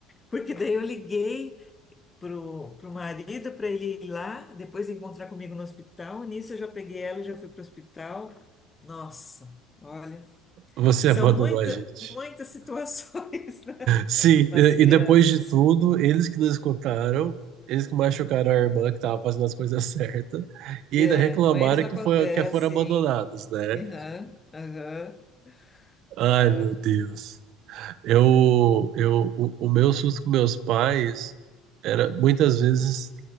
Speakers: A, on the left; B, on the right.
A: Porque daí eu liguei pro, pro marido para ele ir lá, depois encontrar comigo no hospital. Nisso eu já peguei ela e já fui pro hospital. Nossa, olha,
B: Você
A: são
B: <laughs> abandonou
A: muita,
B: a gente.
A: muitas situações, <laughs> né?
B: Sim,
A: Com
B: e
A: as crianças.
B: e depois de tudo, eles que nos escutaram, eles que machucaram a irmã que estava fazendo as coisas certas, e
A: É,
B: ainda reclamaram
A: com eles não...
B: que,
A: acon-
B: foi,
A: É,
B: que foram
A: sim.
B: abandonados, né?
A: Aham, aham.
B: Ai,
A: Ah,
B: meu Deus. Eu, eu, o, o meu susto com meus pais era muitas vezes,